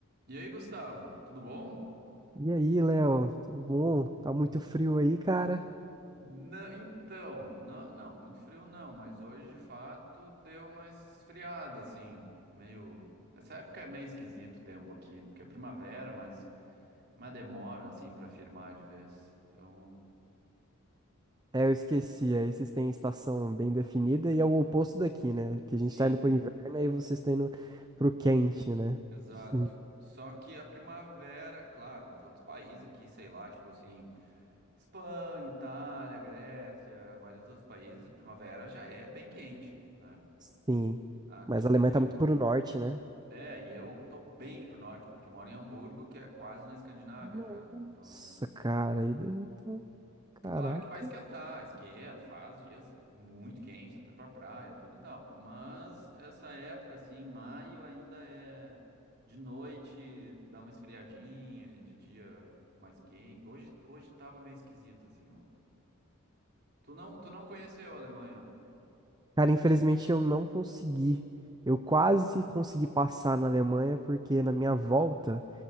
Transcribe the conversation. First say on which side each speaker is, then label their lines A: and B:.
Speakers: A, on the right; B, on the right.
A: E aí, Gustavo, tudo bom?
B: E aí, Léo, tudo bom? Tá muito frio aí, cara?
A: Na- então, na- não, muito frio não, mas hoje de fato deu uma esfriada, assim, meio. Essa época é meio esquisito o tempo aqui, porque é primavera, mas, mas demora, assim, pra firmar de vez. Então,
B: É, eu esqueci. Aí vocês têm estação bem definida e é o oposto daqui, né? Que a
A: sim,
B: gente tá indo pro inverno e vocês estão indo pro quente, né?
A: exato.
B: <laughs>
A: Só que a primavera, claro, os outros países aqui, sei lá, tipo assim, Espanha, Itália, Grécia, a maioria dos outros países, primavera já é bem quente, né?
B: Sim.
A: Aqui.
B: Mas a Alemanha tá muito pro norte, né?
A: É, e eu tô bem pro norte, porque eu moro em Hamburgo, que é quase na Escandinávia
B: Nossa,
A: já, né? Então,
B: cara, aí deve tá- Caraca.
A: claro que vai esquentar, esquenta, faz dias muito quentes, dá pra ir pra praia, tudo e tal. Mas essa época, assim, maio ainda é de noite, dá uma esfriadinha e de dia mais quente. Hoje, hoje tava meio esquisito, assim. o- Tu não, tu não conheceu a Alemanha?
B: Cara, infelizmente eu não consegui. Eu quase consegui passar na Alemanha porque na minha volta.